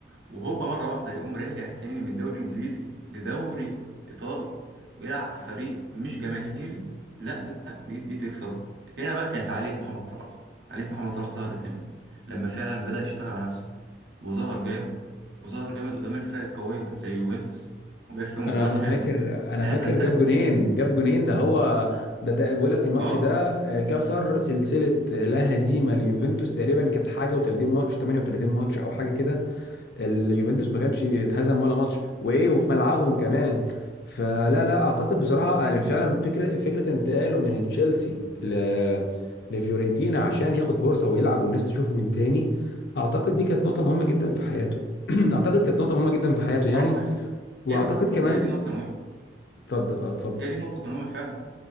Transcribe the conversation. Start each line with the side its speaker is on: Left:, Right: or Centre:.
Right: وهوبا مرة واحدة يقوم راجع تاني من الدوري الإنجليزي لدوري إيطالي ويلعب في فريق مش جماهيري لا لا دي, دي تكسره هنا بقى كانت عالية محمد صلاح عالية محمد صلاح ظهرت هنا لما فعلا بدأ يشتغل على نفسه وظهر جامد وظهر جامد قدام الفرق القوية زي يوفنتوس وجاب فيهم
Left: انا
Right: أجوان حلوة
Left: فاكر انا
Right: ساعتها
Left: فاكر
Right: انتهت
Left: جاب جونين جاب جونين ده هو ده تق- بيقول لك الماتش
Right: اه
Left: ده آه، كسر سلسله آه، لا هزيمه ليوفنتوس تقريبا كانت حاجه و30 ماتش 38 ماتش او حاجه كده اليوفنتوس ما كانش اتهزم ولا ماتش وايه وفي ملعبهم كمان فلا لا اعتقد بصراحه يعني فعلا فكره فكره انتقاله من تشيلسي ل لفيورنتينا عشان ياخد فرصه ويلعب والناس تشوفه من تاني اعتقد دي كانت نقطه مهمه جدا في حياته <clears throat> اعتقد كانت نقطه مهمه جدا في حياته يعني
Right: صراحة يعني.
Left: واعتقد
Right: ايوه صراحة
Left: كمان
Right: هي دي النقطة المهمة
Left: اتفضل اه اتفضل
Right: هي دي النقطة المهمة فعلا